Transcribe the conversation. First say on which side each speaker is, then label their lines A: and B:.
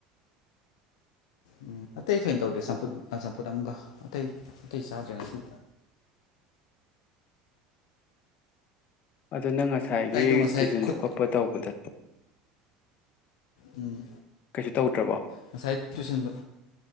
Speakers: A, on the left; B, on the left.
A: ꯎꯝ ꯑꯇꯩ ꯊꯣꯏꯅ ꯇꯧꯗ꯭ꯔꯦ ꯆꯝꯐꯨꯠ ꯆꯝꯐꯨꯠ ꯑꯝꯒ ꯑꯇꯩ ꯑꯇꯩ ꯆꯥꯗ꯭ꯔꯦ ꯉꯁꯤ
B: ꯑꯗꯨ ꯅꯉ ꯉꯁꯥꯏꯒꯤ
A: ꯑꯩꯗꯣ ꯉꯁꯥꯏ
B: ꯇꯨꯖꯤꯟꯕ
A: ꯈꯨꯠ
B: ꯈꯣꯠꯄ ꯇꯧꯕꯗ
A: ꯎꯝ
B: ꯀꯩꯁꯨ ꯇꯧꯗ꯭ꯔꯕꯣ
A: ꯉꯁꯥꯏ ꯇꯨꯁꯟꯕ꯫